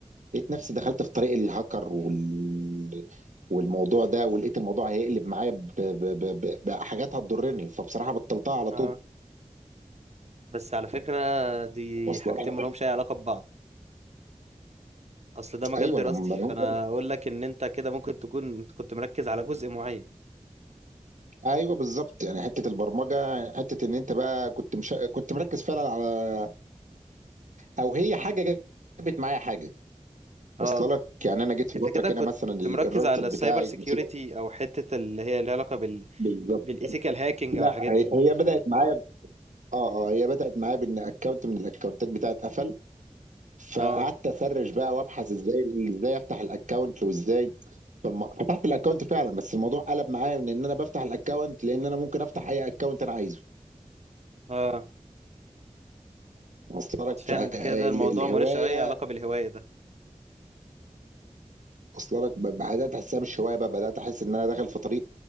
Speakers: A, on the right (about 90°); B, on the right (about 60°).
A: لقيت نفسي دخلت في طريق الهاكر وال والموضوع ده ولقيت الموضوع هيقلب معايا ب... ب... ب... ب... بحاجات هتضرني فبصراحه بطلتها على
B: اه
A: طول
B: بس على فكرة دي
A: واصله
B: حاجتين
A: لك
B: ما لهمش اي علاقة ببعض اصل ده مجال
A: ايوه
B: دراستي
A: هم هم-
B: فانا اقول لك ان انت كده ممكن تكون انت كنت مركز على جزء معين
A: ايوه بالظبط يعني حته البرمجه حته ان انت بقى كنت مش... كنت مركز فعلا على او هي حاجه جابت معايا حاجه
B: اه
A: واصله لك يعني انا جيت في
B: انت
A: فتره
B: كده
A: كده
B: كنت
A: مثلا ال-
B: مركز
A: الراوتر
B: على
A: بتاعي
B: السايبر سيكيورتي
A: نسيت
B: او حتة اللي هي ليها علاقة بال
A: بالظبط
B: بالايثيكال هاكينج او الحاجات
A: هي
B: دي
A: هي بدات معايا اه اه هي بدات معايا بان اكونت من الاكونتات بتاعت قفل فقعدت
B: اه
A: اسرش بقى وابحث ازاي ازاي افتح الاكونت وازاي فالم- فتحت الاكونت فعلا بس الموضوع قلب معايا من ان انا بفتح الاكونت لان انا ممكن افتح اي اكونت انا عايزه
B: اه
A: واصله لك فالهوايه
B: فعلا انت كده الموضوع ملوش اي علاقة بالهواية ده
A: واصله لك ب- بدات احسها مش هوايه بقى بدات احس ان انا داخل في طريق